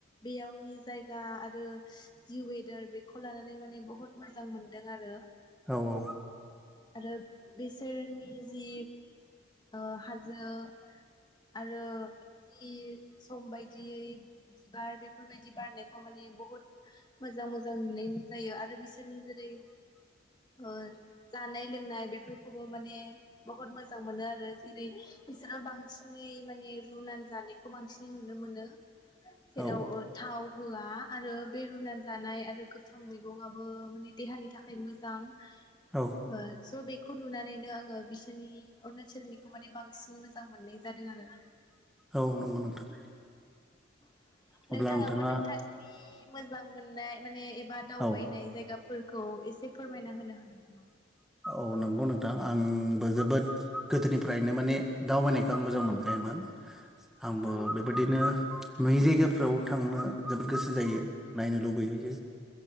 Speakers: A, on the left (about 20°); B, in the centre.
A: बेयावनि जायगा आरो जि वेदार बेखौ लानानै माने बहुत मोजां मोनदों आरो
B: औ औ
A: आरो बिसोरनि जि ओ हाजो आरो जि सम बायदियै बिबार बे फोरबायदि बारनायखौ माने बुहुत मोजां मोजां नुनाय जायो आरो बिस सोरनि जेरै ओ जानाय लोंनाय बेफोरखौबो माने बहुद मोजां मोनो आरो जेरै बिसोरो बांसिनै माने रुनानै जानायखौ बांसिनै नुनो मोनो। जेराव
B: औ
A: ओ थाव होआ आरो बे रुनानै जानाय आरो गोथां मैगंआबो माने देहानि थाखाय मोजां। ओ-ओ
B: औ
A: स' बे खौ नुनानैनो आंङो बिसोरनि अरुणाचलनिखौ माने बांसिन मोजां मोननाय जादों आरो
B: औ नंगौ नोंथां
A: <inaudible>
B: अब्ला
A: नोंथांङाबो
B: नोंथाङा
A: नोंथांनि मोजां मोननाय माने एब बा दावबायनाय
B: औ
A: जायगाब फोरखौ एसे फोरमायना होनो हागोन नामा?
B: औ नंगौ नोंथां आंबो जोबोद गोदोनिफ्रायनो माने दावबायनायखौ आं मोजां मोनखायोमोन आंबो
A: औ
B: बेबायदिनो नुयै जायगाफ्राव थांनो जोबोद गोसो जायो नायनो लुबैहैयो